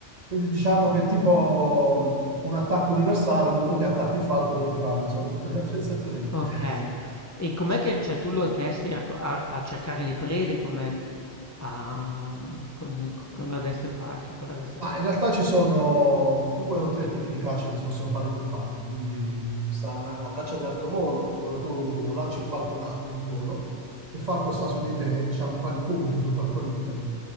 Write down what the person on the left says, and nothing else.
Okay. E com'è che cioè tu lo addestri a co a a cercare le prede come ehm, a mhmm, con co con lo addestri a fare cioè cosa lo addestri
a fare?